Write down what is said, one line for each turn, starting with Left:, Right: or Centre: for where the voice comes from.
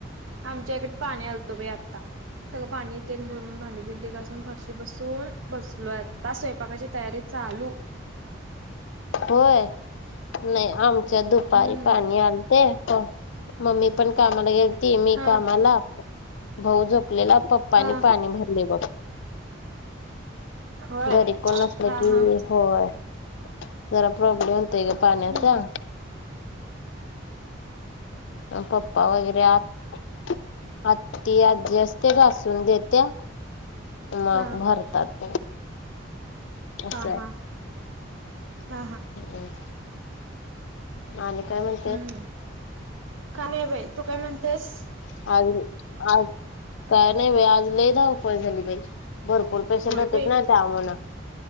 Right: आमच्या इकडे पाणी आलतं बाई आता. सगळं पाणी तेन भरून भांडी बिंडी घासून फरशी बसून बसलोय आता स्वयंपाकाची तयारी. चालू.
Left: होय नाही आमच्यात दुपारी
Right: हम्म
Left: पाणी आलते. मम्मी पण कामाला गेलती मी
Right: हा
Left: कामाला भाऊ झोपलेला पप''--'' पप्पांनी
Right: हा
Left: पाणी भरलेय बघ.
Right: होय
Left: घरी कोण नसलं
Right: हा
Left: की
Right: हा
Left: होय जरा प्रॉब्लेम होतय ग पाण्याचा.
Right: हम्म
Left: पप्पा वगैरे आत. आती आज्जी असते घासून देत्या. मग
Right: हा
Left: भरतात, अस
Right: हा
Left: आहे.
Right: हा हा हा,,
Left: हम्,, आणि काय म्हणऽ
Right: हम्म,, का नाही बाई,, तू काय म्हणतेस?
Left: अरऽ आज, काय नाही बाई, आज लय धावपळ झाली बाई,, भरपूर पेशंट
Right: होय
Left: होते
Right: बाई
Left: ना. जाम ना